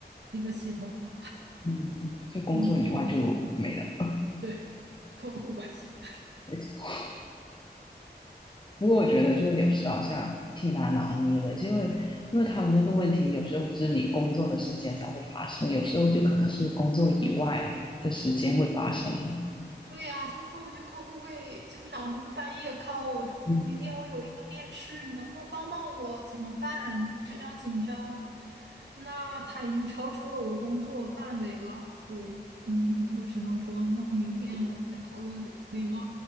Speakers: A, on the right; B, on the left.
A: 一个系统的。
B: 嗯，就工作以外就没了。
A: 嗯，对，客户关系。
B: 没错不过我觉得就是有时候好像挺难拿捏的，因为因为他们那个问题有时候不是你工作的时间才会发生，有时候就可能是工作以外的时间会发生的。
A: 对呀，就是我觉得客户会经常就是半夜 call 我说，
B: 嗯，
A: 明天我有一个面试，你能不能帮帮我？怎么办？我非常紧张。那他已经超出了我工作范围了，就嗯，我只能说，那明天我们再讨论，可以吗？